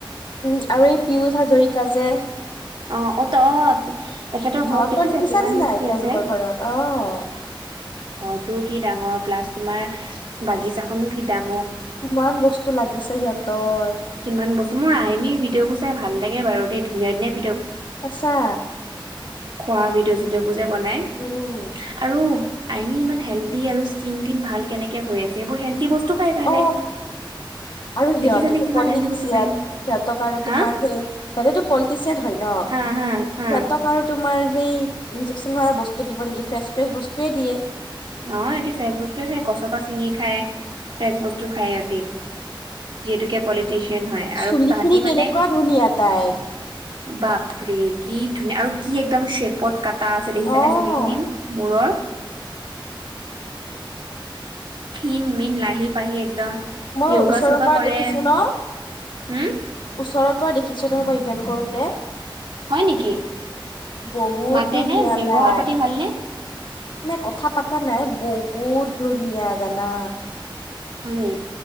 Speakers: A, on the left; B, on the right.
A: উম আৰু পীযুষ হাজৰিকা যে
B: অ', অ' <unintelligible> তেখেতৰ
A: সিহঁতৰ
B: ঘৰত দেখিছা
A: দেখিছানে
B: কিমান
A: নাই
B: কি
A: তেওঁলোকৰ
B: আছে?
A: ঘৰত অ
B: ঘৰটোও কি ডাঙৰ প্লাছ তোমাৰ বাগিছাখনো কি ডাঙৰ
A: কিমান বস্তু লাগিছে সিহঁতৰ।
B: কিমান বস্তু মোৰ আইমি ভিডিঅ বোৰ চাই ভাল লাগে বাৰু দেই ধুনীয়া-ধুনীয়া
A: সচা।
B: খোৱা ভিডিঅ' চিডিঅ'বোৰ যে বনাই
A: উম।
B: আৰু আইমি ইমান হেল্ডি আৰু স্কিন টিন ভাল কেনেকে হৈ আছে এইবোৰ হেল্ডি বস্তু খাই কাৰণে
A: অ' আৰু সিহঁতেতো
B: দেখিছানে কিমান
A: পলিটিচিয়ান
B: হেল্ডি বস্তু খায়
A: সিহঁতক আৰু
B: হা
A: তোমাৰ সেই সিহঁতে টো পলিটিচিয়ান হয় ন।
B: হা হা হা
A: সিহঁতক আৰু তোমাৰ সেই ইনজেকচন মৰা বস্তু দিব নেকি ফ্ৰেছ-ফ্ৰেছ বস্তুয়ে দিয়ে।
B: নহয় ইিহঁতি ফ্ৰেচ বস্তুৱে খায় কছৰপা চিঙি খায় ফ্ৰেচ বস্তু খায় সিহঁতি। যিহেতোকে পলিটি চিয়ান হয় আৰু
A: চুলি
B: তাহতি
A: খিনি কেনেকুৱা
B: মানে
A: ধুনীয়া তাইৰ।
B: বাপৰে কি ধুনীয়া আৰু কি একদম শ্বেপত কাটা আছে দেখিছানে
A: অ'।
B: চুলিখিনি মূৰৰ। খিনমিন লাহি পাহি একদম।
A: মই
B: য়োগা
A: ওচৰৰ
B: চোগা
A: পৰা
B: কৰে
A: দেখিছো ন
B: হম
A: ওচৰৰ পৰা দেখিছো নহয় মই। কৰোতে
B: হয় নেকি
A: বহুত
B: মাতে
A: ধুনীয়া
B: নে ব্যৱহাৰ
A: তাই।
B: পাতি ভালনে
A: নাই, কথা পাতা নাই বহুত ধুনীয়া জানা।
B: হয় নি